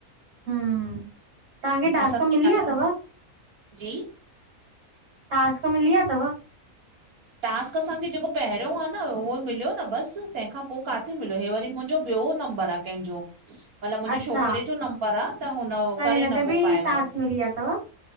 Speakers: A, on the right; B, on the right.
A: ह तव्हांखे टास्क
B: असां
A: मिली
B: सियारे
A: विया अथव
B: में जी
A: ट्क मिलीया अथव
B: टास्क असांखे जेको पहिरियों आहे न उहो मिलियो न बसि तंहिंखां पोइ किथे मिलियो इी वरी जो ॿियो नंबर आहे कंहिंजो मतलब मुंहिंजे
A: अच्छा
B: छोकिरे जो नंबर आहे त हुन
A: त
B: करे
A: हिन
B: नथो
A: ते बि
B: पाए
A: टास्क
B: उहो
A: मिली विया अथव